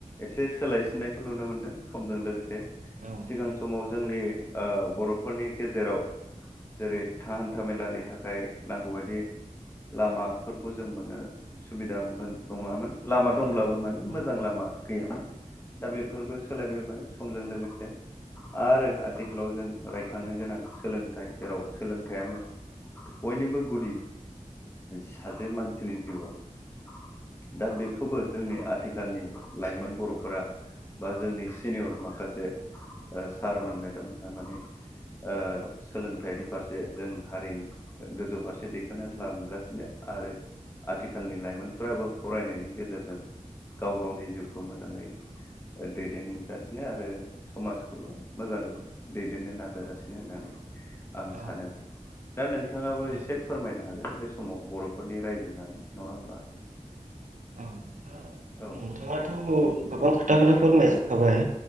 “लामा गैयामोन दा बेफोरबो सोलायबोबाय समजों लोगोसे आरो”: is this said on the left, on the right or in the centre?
Left